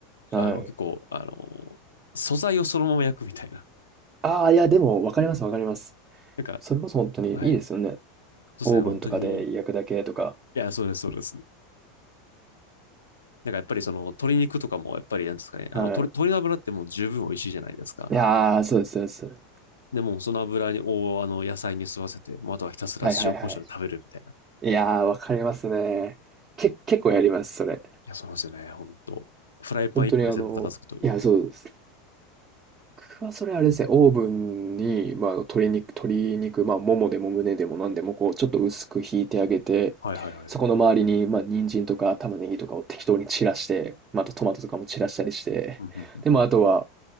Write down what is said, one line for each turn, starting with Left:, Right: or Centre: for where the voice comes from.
Right: はい。
Left: あの結構、あの、素材をそのまま焼くみたいな。
Right: ああ、いや、でもわかりますわかります。
Left: なんか、
Right: それこそ本当にいいですよね。
Left: はい。そうですね。
Right: オーブンとかで焼くだけとか。
Left: 本当に、いや、そうです、そうです。なんかやっぱりその鶏肉とかもやっぱりなんですかね、
Right: はい。
Left: あの鶏、鶏の油ってもう十分美味しいじゃないですか。
Right: いやー、そうです、そうです。
Left: でもうその油に、をあの野菜に吸わせて、もうあとはひたすら塩コショウで食べるみたいな。
Right: はいはいはい。
Left: い
Right: いやー、わかりますね。け、結構やります、それ。
Left: や、そうなんですよね。本当フライパン一個で全部片付くという。
Right: 本当にあの、いや、そうです。僕はそれあれですね、オーブンに、まあ、あの鶏肉、鶏肉、まあ、ももでも胸でも何でも、こう、ちょっと薄くひいてあげて、
Left: はいはいはい。
Right: そこの周りに、まあ、人参とか玉ねぎとかを適当に散らして、またトマトとかも散らしたりして、
Left: うんうん
Right: で、まあ、あとは、